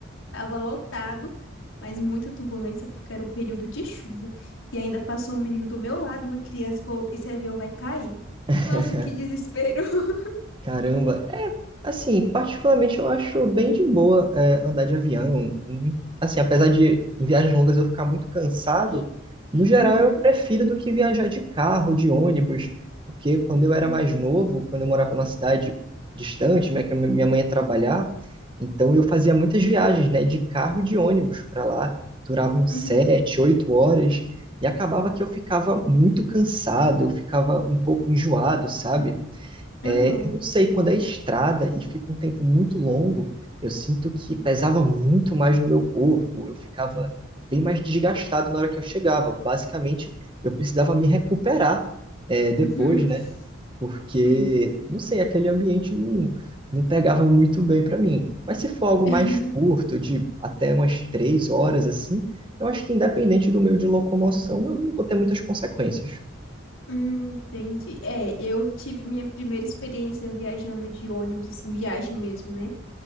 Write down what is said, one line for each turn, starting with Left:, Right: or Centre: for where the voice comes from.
Left: tava lotado, mas muita turbulência porque era um período de chuva. E ainda passou um menino do meu lado, uma criança, e falou: Esse avião vai cair.
Right: <laughs>
Left: Nossa, que desespero. <laughs>
Right: Caramba, é assim, particularmente eu acho bem de boa é, andar de avião. Hum, Assim, apesar de em viagens longas eu ficar muito cansado, no geral
Left: Uhum,
Right: eu prefiro do que viajar de carro, de ônibus, porque quando eu era
Left: uhum,
Right: mais novo, quando eu morava numa cidade distante, né, que a mi- minha mãe ia trabalhar, então eu fazia muitas viagens, né, de carro e de ônibus para lá, duravam sete,
Left: uhum,
Right: oito horas, e acabava que eu ficava muito cansado, eu ficava um pouco enjoado, sabe? É,
Left: aham,
Right: eu não sei, quando é estrada e fica um tempo muito longo, eu sinto que pesava muito mais no meu corpo, eu ficava bem mais desgastado na hora que eu chegava. Basicamente, eu precisava me recuperar, é, depois,
Left: uhum,
Right: né? Porque,
Left: Sim.
Right: não sei, aquele ambiente não, não pegava muito bem para mim. Mas se for algo
Left: <laughs>
Right: mais curto, de até umas três horas assim, eu acho que independente do meio de locomoção, eu não vou ter muitas consequências.
Left: Hum, entendi. É, eu tive minha primeira experiência viajando de ônibus, assim, viagem mesmo, né?